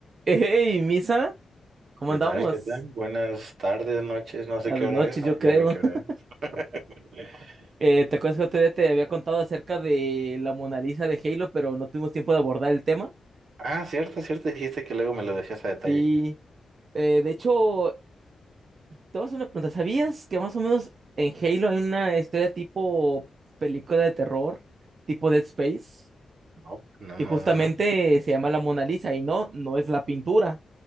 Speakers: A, on the right; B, on the right.
A: Hey, Misa, ¿cómo
B: ¿Qué
A: andamos?
B: tal? ¿Qué tal? Buenas tardes, noches, no sé
A: A
B: qué
A: de
B: hora
A: noche,
B: es,
A: yo
B: ah,
A: creo.
B: ya vi qué hora
A: <laughs>
B: es. <laughs>
A: Eh, ¿te acuerdas que otro día te había contado acerca de la Mona Lisa de Halo, pero no tuvimos tiempo de abordar el tema?
B: Ah, cierto, cierto, dijiste que luego me lo decías a detalle.
A: Sí, eh, de hecho, te voy a hacer una pregunta. ¿Sabías que más o menos en Halo hay una historia tipo película de terror, tipo Dead Space?
B: No, no,
A: Y justamente
B: no, no.
A: se llama la Mona Lisa y no, no es la pintura.